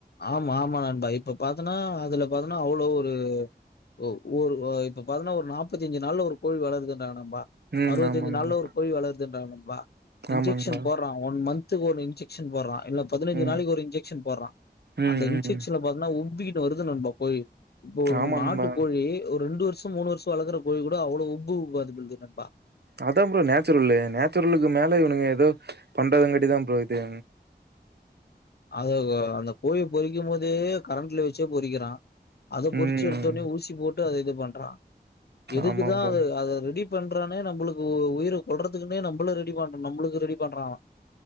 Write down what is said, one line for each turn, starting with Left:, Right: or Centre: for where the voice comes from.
Left: ஆமா ஆமா நண்பா இப்பொ பாத்தன அதுல பாத்தன அவ்ளோ ஒரு ஒ ஒரு ஆஹ் இப்ப பாத்தன ஒரு நாப்பத்தி அஞ்சு நாள்ல ஒரு கோழி வளருதுன் <unintelligible> நண்பா
Right: ம்
Left: அறுவத்தி
Right: ஆமாங்மா
Left: அஞ்சு நாள்ல ஒரு கோழி வளருதுன்ரா நண்பா இன்ஜெக்ஷன்
Right: ஆமாங்மா
Left: போட்றா ஒன் மன்த் மன்த்க்கு ஒரு இன்ஜெக்ஷன் போட்றா இல்ல பதினஞ்சு
Right: ம்
Left: நாளைக்கு ஒரு இன்ஜெக்ஷன் போடுறா
Right: ம்
Left: அந்த இன்ஜெக்ஷன்ல
Right: ம்
Left: பாத்தின உப்க்கிட்டு வருது நண்பா கோழி இப்போ ஒரு
Right: ஆமா
Left: நாட்டு
Right: நண்பா
Left: கோழி ஒரு ரெண்டு வர் ர்ஷோ மூணு வர்ஷோ வளக்ற கோழி கூட அவ்ளோ உபு உபாது நண்பா
Right: அதா ப்ரோ நேச்ரல்லு நேச்ரலுக்கு மேல இவுனுங்க ஏதோ பண்றதுங்காட்டித ப்ரோ இது
Left: அது அந்த கோழி பொறிக்கு போதே கரண்ட்ல வச்சே பொறிக்றா அத பொறிச்சு
Right: ம்
Left: எடுத்தொனே ஊசி போ டு அத இது பண்றான் எதுக்குதா
Right: ஆமா ப்ரோ
Left: அத அத ரெடி பன்றானே நம்மளுக்கு உயிர கொல்லறதுக்குனே நம்மள ரெடி பண்ணனு நம்மளுக்கு ரெடி பண்றா அவ